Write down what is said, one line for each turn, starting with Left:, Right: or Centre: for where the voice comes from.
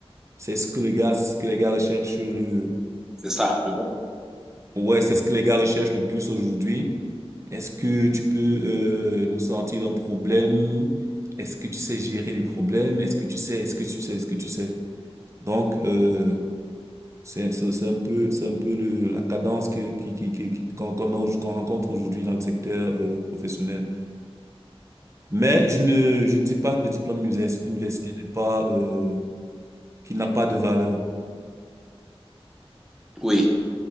Right: C'est ce que les gars, c'est ce que les gars recherchent le,
Centre: C'est ça.
Right: Ouais, c'est ce que les gars recherchent le plus aujourd'hui. Est-ce que tu peux euh, nous sortir d'un problème? Est-ce que tu sais gérer les problèmes? Est-ce que tu sais? Est-ce que tu sais? Est-ce que tu sais? Donc, euh, c'est c'est c'est un peu c'est un peu le, la cadence que qui qui qui, qui- qu'on qu'on a au- qu'on rencontre aujourd'hui dans le secteur euh, professionnel. Mais je ne je ne dis pas que le diplôme univers- universitaire n'est pas euh, qu'il n'a pas de valeur.
Centre: Oui.